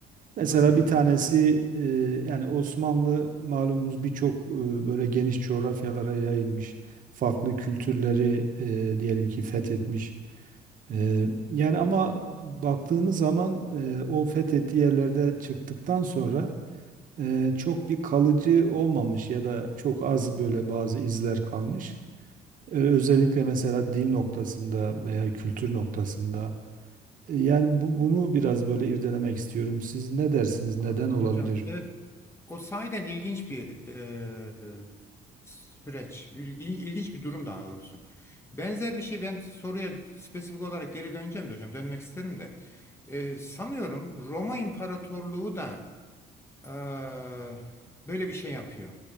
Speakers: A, on the right; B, on the left.
A: Mesela
B: Buyurun
A: bir
B: hocam.
A: tanesi e, yani Osmanlı malumunuz birçok e, böyle geniş coğrafyalara yayılmış. Farklı kültürleri e, diyelim ki fethetmiş. E, yani ama baktığımız zaman e, o fethettiği yerlerde çıktıktan sonra e, çok bir kalıcı olmamış ya da çok az böyle bazı izler kalmış. E, özellikle mesela dil noktasında veya kültür noktasında. E, yani bu, bunu biraz böyle irdelemek istiyorum. Siz ne dersiniz? Neden
B: Anladım
A: olabilir?
B: hocam. Evet. O sahiden ilginç bir e, süreç. İlginç, ilginç bir durum daha doğrusu. Benzer bir şey ben soruya spesifik olarak geri döneceğim de hocam. Dönmek isterim de. E, sanıyorum Roma İmparatorluğu da eee, böyle bir şey yapıyor.